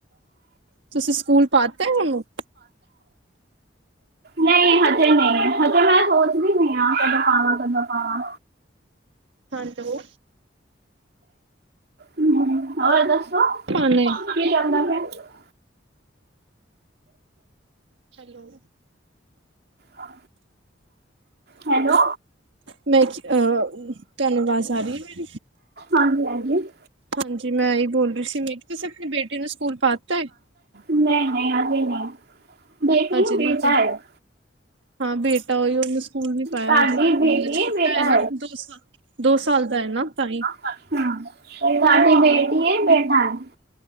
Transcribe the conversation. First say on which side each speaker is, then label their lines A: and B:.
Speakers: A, on the right; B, on the right.
A: ਤੁਸੀਂ ਸਕੂਲ ਪਾਤਾ ਐ ਐਨੂੰ?
B: ਨਹੀਂ, ਹਜੇ ਨਹੀਂ, ਹਜੇ ਮੈਂ ਸੋਚਦੀ ਪਈ ਆਂ ਕਦੋਂ ਪਾਵਾਂ ਕਦੋਂ ਪਾਵਾਂ
A: ਹੈਲੋ
B: ਹ ਹੋਰ ਦੱਸੋ?
A: ਪਾਣਾ ਏ
B: ਕੀ ਆਉਂਦਾ ਪੈਆ।
A: ਹੈਲੋ
B: ਹਾਂ। ਹੈਲੋ,
A: ਮੈਂ ਅ ਤੁਹਾਨੂੰ ਆਵਾਜ਼ ਆ ਰਹੀ ਏ ਮੇਰੀ?
B: ਹਾਂਜੀ -ਹਾਂਜੀ।
A: ਹਾਂਜੀ, ਮੈਂ ਇਹੀ ਬੋਲ ਰਹੀ ਸੀ ਮ ਤੁਸੀਂ ਆਪਣੀ ਬੇਟੀ ਨੂੰ ਸਕੂਲ ਪਾਤਾ ਹੈ।
B: ਨਹੀਂ -ਨਹੀਂ ਅਜੇ ਨਹੀਂ ਬੇਟੀ
A: ਹਜੇ
B: ਹ ਬੇਟਾ
A: ਨਹੀਂ ਪਰ
B: ਹੈ।
A: ਹਾਂ, ਬੇਟਾ ਈ ਉਹਨੂੰ ਸਕੂਲ ਨੀ ਪਾਇਆ
B: ਸਾਡੀ
A: ਹਜੇ।
B: ਬੇਟੀ
A: ਮੈ ਛੋਟਾ
B: ਬੇਟਾ
A: ਹੈ ਨਾ। ਦੋ ਸੌ ਦੋ ਸਾਲ ਦਾ ਹੈ ਨਾ ਤਾਂ ਹੀ।
B: ਅੱਛਾ, ਏ ਤੁਹਾਡੀ ਬੇਟੀ ਹੈ ਬੇਟਾ ਹੈ